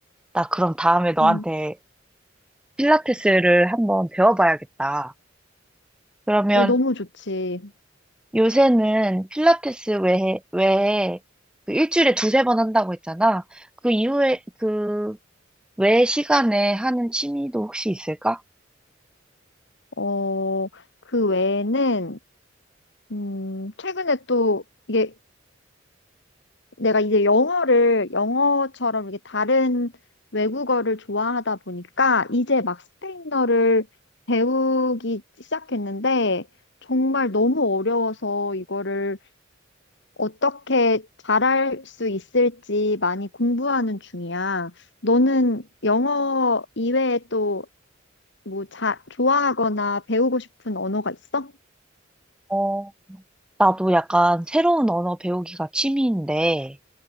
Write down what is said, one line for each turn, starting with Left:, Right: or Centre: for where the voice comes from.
Centre: 나 그럼 다음에 너한테
Left: 음,
Centre: 필라테스를 한번 배워봐야겠다. 그러면
Left: 어, 너무 좋지.
Centre: 요새는 필라테스 외에, 외에 그 일주일에 두세 번 한다고 했잖아. 그 이후에, 그 외 시간에 하는 취미도 혹시 있을까?
Left: 어, 그 외에는, 음, 최근에 또 이게 내가 이제 영어를 영어처럼 이렇게 다른 외국어를 좋아하다 보니까 이제 막 스페인어를 배우기 시작했는데 정말 너무 어려워서 이거를 어떻게 잘할 수 있을지 많이 공부하는 중이야. 너는 영어 이외에 또 뭐 자, 좋아하거나 배우고 싶은 언어가 있어?
Centre: 어, 나도 약간 새로운 언어 배우기가 취미인데,